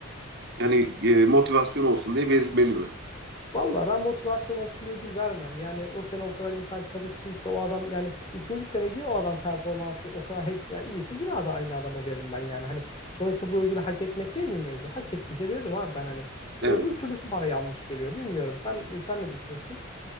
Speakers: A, on the right; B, on the left.
A: yani e, motivasyon olsun diye verilmeli mi?
B: Valla ben motivasyon olsun diye ödül vermem. Yani o sene o kadar insan çalıştıysa o adam yani ikinci sene yine o adam performansı o kadar hepsinden iyiyse yine ada aynı adama veririm ben yani. Hani sonuçta bu ödülü hak etmek değil mi mevzu? Hak ettiyse veririm abi ben hani.
A: Evet.
B: Öbür türlüsü bana yanlış geliyor. Bilmiyorum. Sen e, sen ne düşünüyorsun?